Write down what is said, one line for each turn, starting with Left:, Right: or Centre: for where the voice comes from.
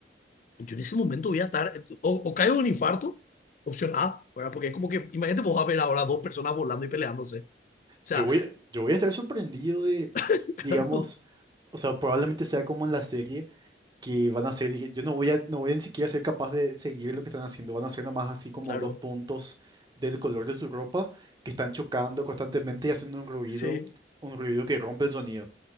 Left: Yo en ese momento voy a estar, eh, o, o caigo en un infarto, opción A, ¿verdad? Porque es como que, imagínate vos a ver ahora dos personas volando y peleándose. O sea,
Right: Yo voy, a- yo voy a estar sorprendido de,
Left: <laughs>
Right: digamos,
Left: claro,
Right: o sea, probablemente sea como en la serie que van a ser, dije, yo no voy a, no voy a ni siquiera ser capaz de seguir lo que están haciendo. Van a ser nomás así como
Left: claro,
Right: dos puntos del color de su ropa que están chocando constantemente y haciendo un ruido,
Left: sí.
Right: un ruido que rompe el sonido.